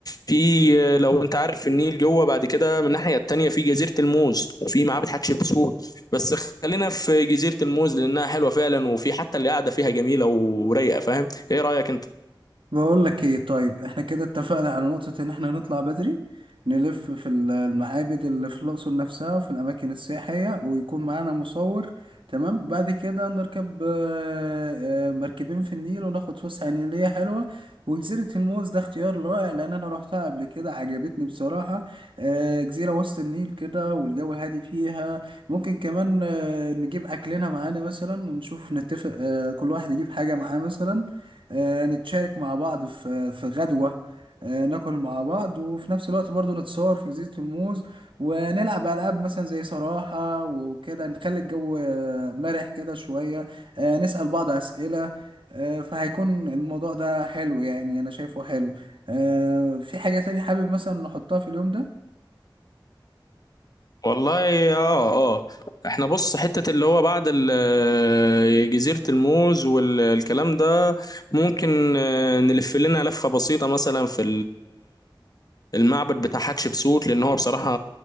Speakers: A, on the left (about 50°); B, on the right (about 75°).
A: في آه، لو انت عارف في النيل جوه بعد كده من الناحية التانية في جزيرة الموز وفي معابد حتشبسوت بس خلينا في جزيرة الموز لأنها حلوة فعلا وفي حتى اللي قاعدة فيها جميلة ورايقة فاهم ايه رأيك انت
B: بقول لك ايه طيب احنا كده اتفقنا على نقطة ان احنا نطلع بدري نلف في ال- المعابد اللي في الأقصر نفسها وفي الأماكن السياحية ويكون معانا مصور تمام بعد كده نركب آه، آه، مركبين في النيل وناخد فسحة نيلية حلوة وجزيرة الموز ده اختيار رائع لأن أنا روحتها قبل كده عجبتني بصراحة آه، جزيرة وسط النيل كده والجو هادي فيها ممكن كمان آه، نجيب أكلنا معانا مثلا ونشوف نتفق آه، كل واحد يجيب حاجة معاه مثلا آه، نتشارك مع بعض في في غدوة آه، ناكل مع بعض وفي نفس الوقت برضو نتصور في جزيرة الموز ونلعب ألعاب مثلا زي صراحة وكده نخلي الجو آه، مرح كده شوية آه، نسأل بعض أسئلة آه، فهيكون الموضوع ده حلو يعني أنا شايفه حلو آه، في حاجة تانية حابب مثلا نحطها في اليوم ده
A: والله اه اه احنا بص حتة اللي هو بعد ال- آه، جزيرة الموز والكلام ده ممكن آه، نلف لنا لفة بسيطة مثلا في المعبد بتاع حتشبسوت لان هو بصراحه